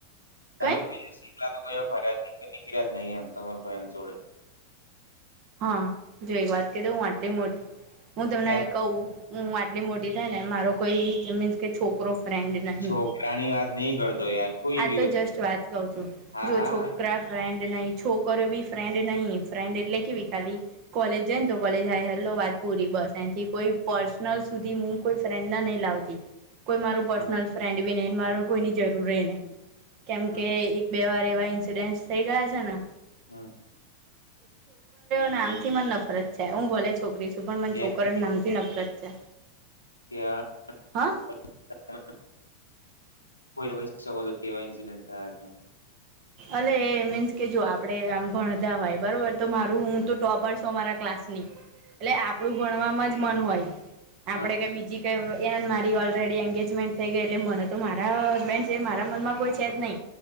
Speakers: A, on the left; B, on the right.
A: તમે
B: કઈ
A: કોઈ દિવસ શિમલા તો કોઈ ફરિયાજ નઈ હોય કે નિકળ્યા જ નહી એમ તમાર ફ્રેન્ડ જોડે
B: હા જો એક વાત ક દઉ હું આટલી મોટી હું તમને
A: સાચી
B: ક
A: વાત.
B: હું એટલી મોટી થાય ને મારો કોઈ મીન્સ કે છોકરો ફ્રેન્ડ નહી
A: છોકરાની વાત નહી કરતો યાર કોઈ
B: આ
A: બી
B: તો
A: હોય
B: જસ્ટ વાત કહુ છું
A: હા
B: જો
A: હા
B: છોકરા ફ્રેન્ડ નહી છોકરી બી ફ્રેન્ડ નહીં ફ્રેન્ડ એટલે કેવી ખાલી કોલેજ જઈ ને તો કોલેજ હાય હેલો વાત પૂરી બસ એનથી કોઈ પર્સ નલ સુધી કોઈ ફ્રેન્ડ ને નહી લાવતી કોઈ મારું પર્સનલ
A: હા
B: ફ્રેન્ડ બી નહી મા કોઈની જરૂર નહી કેમકે
A: હમ
B: એક બે વાર એવા ઇન્સિડેન થઇ ગયા છે ન
A: હમ.
B: નામથી મને નફરત છે હું ભલે છોકરી છું પણ મને
A: જેમ
B: છોકરીઓન
A: કે
B: નામથી નફરત છે.
A: કે <inaudible>
B: હા
A: કહી શકો કેવા ઇન્સિડન થયા છે
B: અ એ મીન્સ કે જો આપડે આમ ભણતા હોય બરોબર તો મારું હું તો ટોપરસ મારા ક્લા સની એટલે આપડું ભણવાવામા જ મન હોય આપડે
A: હા
B: કઈ બીજી કે એન મારી ઓલરેડી એંગેજમેન્ટ થઈ ગઈ એટલે મને તો મારા હસબેન્ડ છે મારા મનમાં કોઈ છે જ નહીં